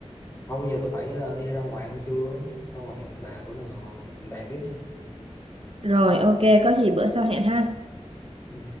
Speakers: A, on the left (about 30°); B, on the right (about 55°).
A: thôi bây giờ tôi phải ờ, đi ra ngoài ăn trưa xong rồi hẹn bà bữa nào hẹn bàn tiếp nha
B: Rồi ok có gì bữa sau hẹn ha
A: Ừ.